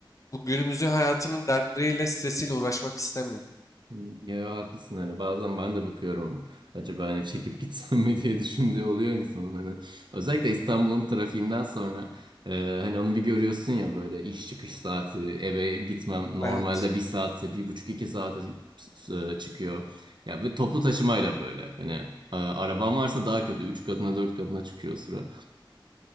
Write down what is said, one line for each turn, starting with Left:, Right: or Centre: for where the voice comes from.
Left: bu günümüzün hayatının dertleriyle, stresiyle uğraşmak istemiyor.
Right: Hı. Ya haklısın hani bazen ben de bakıyorum acaba hani çekip <laughs> gitsem mi diye düşündüğü oluyor insanın hani özellikle İstanbul'un trafiğinden sonra e, hani onu bir görüyorsun ya böyle iş çıkış saati eve gitmem normalde
Left: Evet,
Right: bir saatse bir buçuk iki saate e, çıkıyor ya ve toplu taşımayla böyle hani e, araban varsa daha kötü üç katına dört katına çıkıyor o sıra.